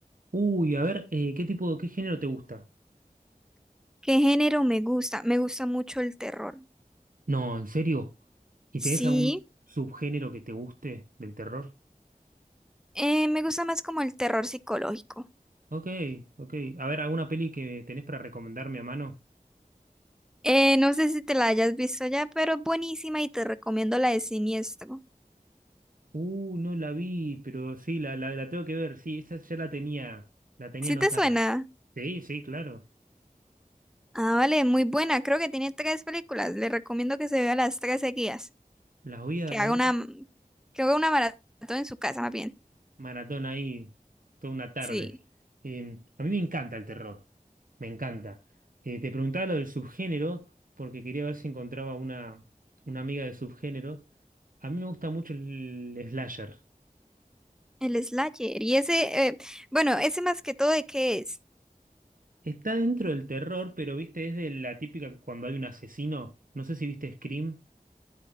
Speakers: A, on the right (about 70°); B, in the centre.
A: Uy, a ver, eh, ¿qué tipo, qué género te gusta?
B: ¿Qué género me gusta? Me gusta mucho el terror.
A: No, ¿en serio? ¿Y
B: Sí.
A: tenés algún subgénero que te guste del terror?
B: Eh, me gusta más como el terror psicológico.
A: Ok, ok. A ver, ¿alguna peli que tenés para recomendarme a mano?
B: Eh, no sé si te la hayas visto ya, pero es buenísima y te recomiendo la de Siniestro.
A: Uh, no la vi, pero sí, la, la, la tengo que ver. Sí, esa ya la tenía, la tenía
B: ¿Sí
A: anotada.
B: te suena?
A: Sí, sí, claro.
B: Ah, vale, muy buena. Creo que tiene tres películas. Le recomiendo que se vea las tres seguidas.
A: La voy a,
B: Que
A: la
B: haga
A: voy
B: una,
A: a
B: que haga una maratón en su casa, más bien.
A: maratón ahí toda una tarde.
B: Sí,
A: Eh, a mí me encanta el terror, me encanta. Eh, te preguntaba lo del subgénero porque quería ver si encontraba una, una amiga de subgénero. A mí me gusta mucho el slasher.
B: el Slayer. Y ese, eh, bueno, ese más que todo, ¿de qué es?
A: Está dentro del terror, pero viste, es de la típica cuando hay un asesino. No sé si viste Scream,